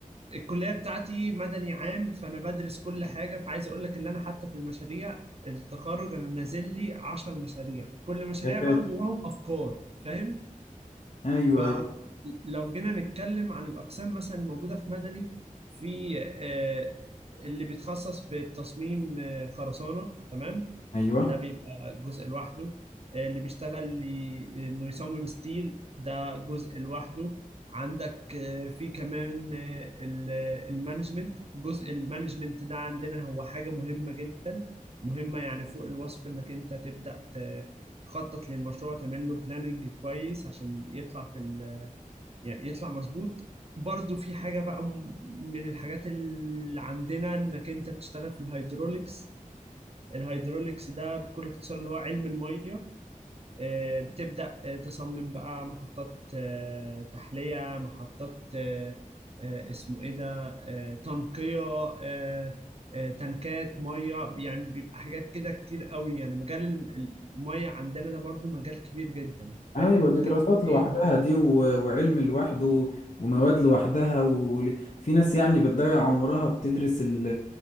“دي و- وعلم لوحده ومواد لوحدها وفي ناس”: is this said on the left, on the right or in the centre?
Left